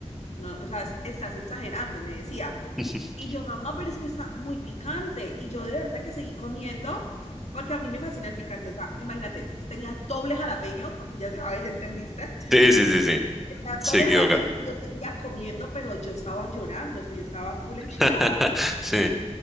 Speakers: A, on the left; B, in the centre.
A: No, o sea, es- estás exagerando, me decía.
B: <laughs>
A: Y yo, mamá, pero es que está muy picante. Y yo de verdad que seguí comiendo porque a mí me fascina el picante. O sea, imagínate, tenía doble jalapeño, porque ya sabes, ya entendiste.
B: Sí, sí, sí, sí. sí.
A: Tenía
B: Se
A: doble
B: equivoca.
A: jalapeño y yo seguía comiendo, pero yo estaba llorando, o sea, yo estaba full enchilada.
B: <laughs> Sí,